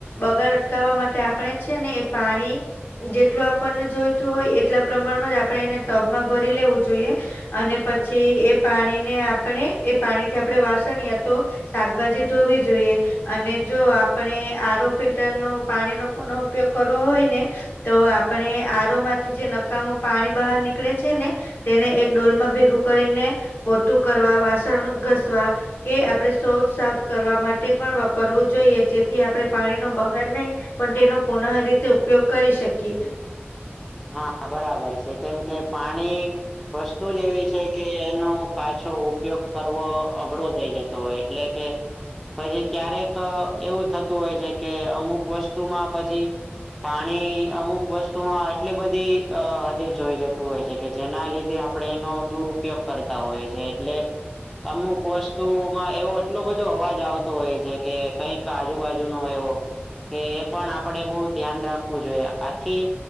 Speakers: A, on the left; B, in the centre.
A: બગાડ અટકાવવા માટે કે આપણે છે ને એ પાણી જેટલું આપણને જોઈતું હોય એટલા પ્રમાણમાં જ આપણે એને ટબમાં ભરી લેવું જોઈએ. અને પછી એ પાણીને આપણે એ પાણીથી આપણે વાસણીઆ તો શાકભાજી ધોવી જોઈએ અને જો આપણે આરો ફિલ્ટરનો પાણીનો પૂનહ ઉપયોગ કરવો હોય ને તો આપણે આરો માંથી જે નકામું પાણી બહાર નીકળે છે ને તેને એક ડોલમાં ભેગું કરીને પોતું કરવા વાસણ ઘસવા કે આપણે શૌચ સાફ કરવા માટે પણ વાપરવું જોઈએ જેથી આપણે પાણી નો બગાડ નહી પણ તેનો પુનઃ રીતે ઉપયોગ કરી શકીએ.
B: હા બરાબર છે કેમ કે પાણી વસ તું જ એવી છે કે એનો પાછો ઉપયોગ કરવો અઘરો થઈ જતો હોય એટલે કે પછી ક્યારેક એવું થતું હોય છે કે અમુક વસ્તુમાં પછી પાણી અમુક વસ્તુમાં એટલી બધી હદે જોઈ જતું હોય છે કે જેના લીધે આપણે એનો દુરપયોગ કરતા હોય છે એટલે અમુક વસ્તુમાં એવો એટલો બધો અવાજ આવતો હોય છે કે કઈક આજુબાજુ નો એવો કે એ પણ આપડે બહુ ધ્યાન રાખવું જોઈએ આથી